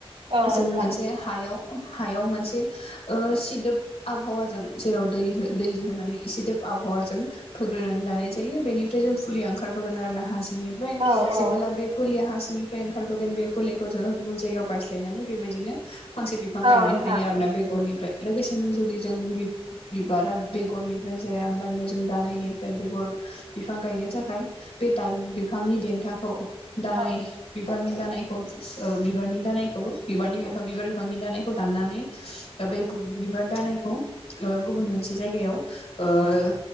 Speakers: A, on the right; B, on the left.
A: औ
B: जों
A: नोंथां
B: मोनसे हायाव हायाव मोनसे ओ सिदोब आबहावाजों जेराव दै हो दै होनानै सिदोब आबहावाजों फोग्रोनानै लानाय जायो बेनिफ्राय जों फुलिया ओंखारबोगोन आरो ना हा सिंनिफ्राय
A: औ
B: जेबोला
A: औ
B: बे फुलिया हा सिंनिफ्राय ओंखारबोगोन बे फुलिखौ जोङो गुबुन जायगायाव गायस्लायनानै बेबायदिनो फांसे बिफां
A: औ
B: गायनो
A: नोंथां
B: हायो आरो ना। गरनिफ्राय लोगोसेनो जुदि जों बि बिबारा बेगरनिफ्राय जाया होमबानिया जों दानायनि फ्राय बेगर बिफां गायनो थाखाय बे दाल बिफांनि देनथाखौ दानाय
A: औ
B: बिफांनि दानायखौ ओ बिबारनि दानायखौबो बिबारनि बिफां बिबार बिफांनि दानाय खौ दाननानै बे बिबार दानायखौ ओ गुबुन मोनसे जायगायाव ओ